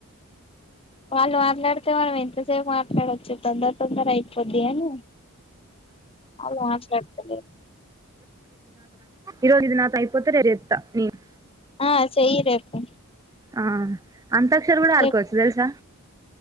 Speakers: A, on the left; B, on the right.
A: వాళ్ళు మాట్లాడితే మనం ఎంతసేపు మాట్లాడొచ్చు తొందర తొందర అయిపోద్ది అని అళ్ళు మాట్లాడుతలేరు
B: ఇరోజ ఇ నాది అయిపోత రేపు చేసత్తా నేను
A: ఆ చేయి రేపు
B: ఆ అంతాక్షర గూడా ఆడు
A: రేపు
B: కొవచ్చు తెల్సా